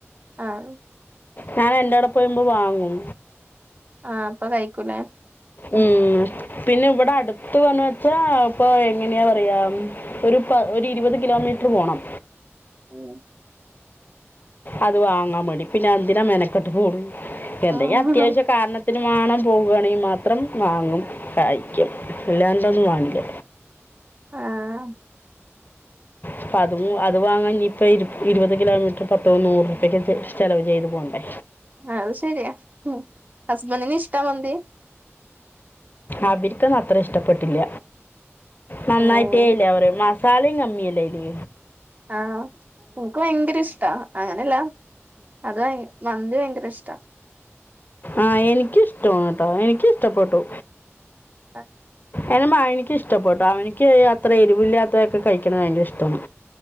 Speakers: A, on the right (about 35°); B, on the left (about 40°).
A: ആഹ്
B: നാളെ എന്റെടൊപ്പം വരുമ്പം വാങ്ങും.
A: ആഹ് അപ്പൊ കഴിക്കൂലെ?
B: ഉം പിന്നെ ഇവടെ അട്ത്തോണച്ചാ ഇപ്പൊ എങ്ങനെയാ പറയാം. ഒരു പ ഒര് ഇരുപത് കിലോമീറ്റർ പോണം.
A: ആഹ്
B: അത് വാങ്ങാൻ മേണ്ടി പിന്നെ എന്തിനാ മെനക്കെട്ട് പോണ് എന്തങ്കിലും
A: ആഹ്
B: അത്യാവിശ്യ കാരണ ത്തിന് വാണം പോകുകയാണെങ്കിൽ മാത്രം വാങ്ങും കഴിക്കും അല്ലാണ്ടൊന്നും വാങ്ങില്ല.
A: ആഹ്
B: അപ്പ അതും അത് വാങ്ങാൻ ഇഞ്ഞിപ്പൊ ഇര് ഇരുപത് കിലോമീറ്റർ പത്ത് മുന്നൂറ് രൂപയ്ക്ക് ചെ ചെലവ് ചെയ്ത് പോണ്ടേ.
A: അഹ് ശെരിയാ ഉം. ഹസ്ബൻ്റിന് ഇഷ്ടാ മന്തി?
B: അവരിക്കത് അത്ര ഇഷ്ടപ്പെട്ടില്ല. നന്നായിട്ടേ
A: ഏഹ്
B: ഇല്ല പറയും. മസാലിം കമ്മിയല്ലേ അയില്?
A: ആഹ് ഓക്ക് ഭയങ്കര ഇഷ്ടാ. അങ്ങനെല്ല അത് ഭയ മന്തി ഭയങ്കര ഇഷ്ടാ.
B: ആഹ് എനിക്കിഷ്ടമാണ് ട്ടൊ എനിക്കിഷ്ടപ്പെട്ടു.
A: ആഹ്
B: എൻ്റെ മകനിക്ക് ഇഷ്ടപ്പെട്ടു അവനിക്ക് അത്ര എരുവില്ലാത്തൊക്കെ കഴിക്കണെ ഭയങ്കര ഇഷ്ടാണ്.